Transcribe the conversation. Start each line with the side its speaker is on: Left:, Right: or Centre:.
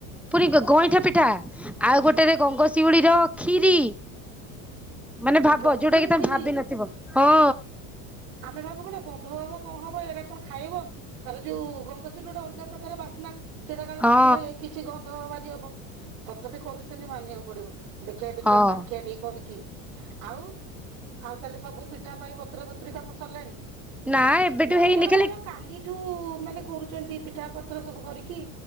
Centre: ପୁଣି ଗ-ଗଇଁଠା ପିଠା ଆଉ ଗୋଟେରେ ଗଙ୍ଗଶିଉଳିର ଖିରି ମାନେ
Right: ହଁ
Centre: ଭାବ
Right: ଗଙ୍ଗଶିଉଳି
Centre: ଯୋଉଟା କି ତମେ
Right: ଖିରି
Centre: ଭାବିନଥିବ ହଁ।
Right: ଆମେ ଭାବୁ କଣ ଗନ୍ଧ ହବ କଣ ହବ ଏଇରା କଣ ଖାଇହବ? ତାର ଯୋଉ ଗଙ୍ଗଶିଉଳି ଗୋଟେ ଅଲଗା ପ୍ରକାର ବାସ୍ନା। ସେଇଟା କାଳେ
Centre: ହଁ
Right: ପିଠାରେ କିଛି ଗନ୍ଧ ବାରି ହବ ତଥାପି କରୁଚନ୍ତି ମାନିବାକୁ ପଡିବ। ଦେଖିଆ ଦେଖିଆ
Centre: ହଁ
Right: ଚାଖିଆ ଟିକେ କରିକି। ଆଉ ଆଉ ତାହେଲେ ସବୁ ପିଠା ପାଇଁ ବତୁରା ବତୁରୀ କାମ ସରିଲାଣି?
Centre: ନା ଏବେଠୁ
Right: ଜଣ
Centre: ହେଇନି
Right: ଜଣଙ୍କର
Centre: ଖାଲି
Right: କାଲିଠୁ ମାନେ କରୁଚନ୍ତି ପିଠା ପତ୍ର ସବୁ କରିକି